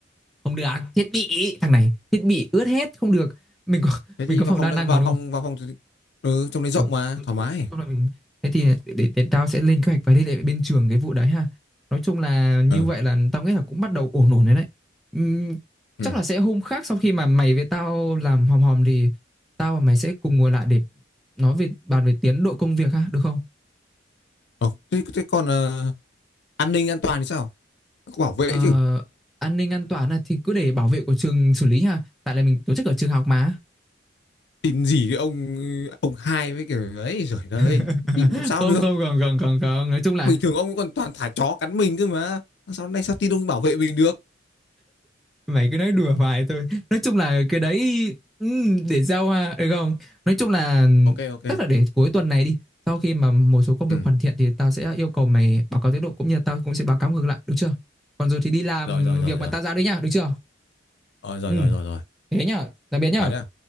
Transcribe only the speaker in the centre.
không được À, thiết bị thằng này thiết bị ướt hết không được. Mình có <laughs>
mình có
phòng
đa
năng
mà đúng
không?
được
nói
chung mình thế thì để, để, để tao sẽ lên kế hoạch và liên hệ với bên trường cái vụ đấy ha nói chung là như
vậy là tao nghĩ là cũng bắt đầu ổn ổn đấy đấy Ừm,
chắc là sẽ hôm khác sau khi mà mày với tao làm hòm hòm thì tao và mày sẽ cùng ngồi lại để nói về bàn về tiến độ công việc ha được không
Ờ,
an ninh an toàn là thì cứ để bảo vệ của trường xử lý ha tại là mình tổ chức ở trường học mà
<laughs>
không
không không không không không nói chung là
mày cứ nói đùa vài thôi nói chung là cái đấy ừm, để giao à, được không nói chung là
tức là để cuối tuần này đi sau khi mà một số công việc
hoàn thiện thì tao sẽ yêu cầu mày báo cáo tiến độ cũng như là tao cũng sẽ báo cáo ngược lại được chưa còn rồi thì đi làm
việc mà
tao giao đấy nhá được chưa
ừ
thế nhá tạm biệt nhá